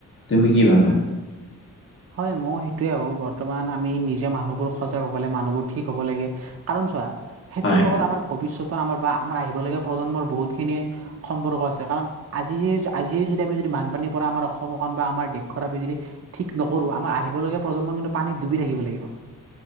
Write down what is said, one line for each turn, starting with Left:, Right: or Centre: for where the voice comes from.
Left: তুমি কি ভাবা
Right: হয় মই সেইটোৱে আহো বৰ্তমান আমি নিজে মানুহবোৰ সজাগ হ'ব লাগে মানুহবোৰ ঠিক হ'ব লাগে কাৰণ চোৱা সেইটোৰ
Left: হয়
Right: লগত আমাৰ ভৱিষ্যতৰ আমাৰ বা আমাৰ আহিব লগীয়া প্ৰজন্মৰ বহুতখিনি সম্পৰ্ক আছে কাৰণ আজি আজি যি যদি আমি যদি বানপানীৰ পৰা আমাৰ অসমখন বা আমাৰ দেশখনত আমি যদি ঠিক নকৰোঁ আমাৰ আহিবলগীয়া প্ৰজন্ম কিন্তু পানীত ডুবি থাকিব লাগিব